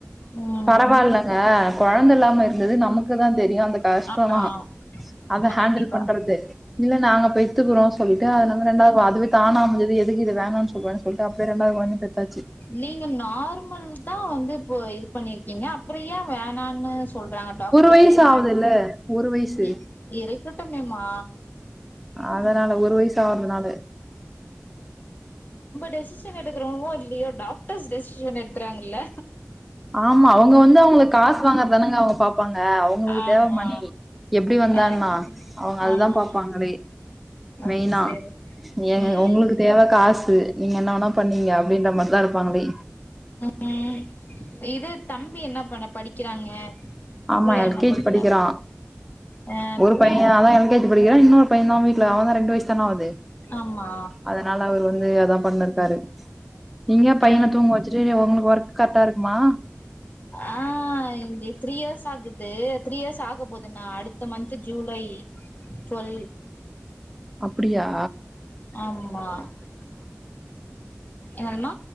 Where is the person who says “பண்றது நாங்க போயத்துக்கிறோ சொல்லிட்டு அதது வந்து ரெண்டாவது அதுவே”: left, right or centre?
Centre